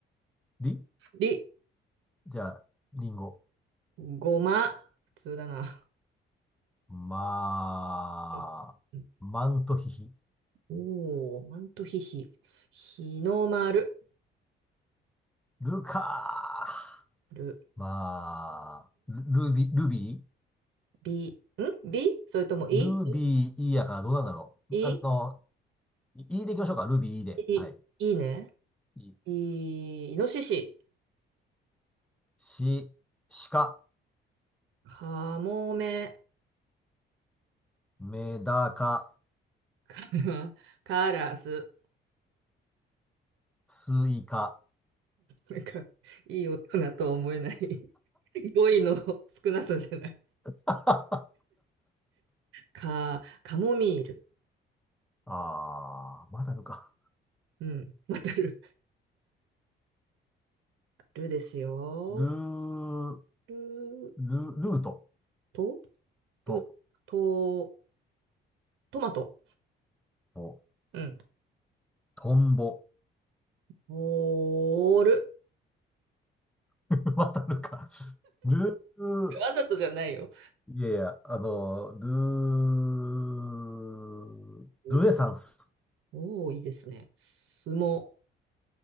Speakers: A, in the centre; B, on the right.
A: り
B: り、
A: じゃあ、りんご。
B: ごま、普通だな。
A: まあ、
B: うんうん
A: マントヒヒ。
B: おー、マントヒヒ、日の丸、
A: ルカー。
B: る、
A: まあ、ルルビ、ルビ
B: び、んびそれとも、い、
A: ールビーいいやからどうなんだろう。
B: い、
A: あの、
B: い、
A: いいでいきましょうか。ルビーいいで。
B: いいいね。
A: はい。い
B: い、イノシシ、
A: し、しか、
B: かもめ、
A: メダカ、
B: <laughs> カラス。
A: スイカ。
B: なんか、いい大人とは思えない <laughs> 語彙の少なさじゃない。
A: <laughs> あ
B: か、カモミール。
A: あ、まだあるか。
B: うん、うんわかる。ルですよ。
A: ルー、
B: る
A: ル、ルート
B: と、ると、
A: と、
B: トマト。
A: と、
B: うん。
A: トンボ。
B: ボール。
A: <laughs> またるか。ルー、
B: わざとじゃないよ。
A: いやいや、あの、ルー、
B: う
A: ルネサンス、
B: おー、いいですね。すも、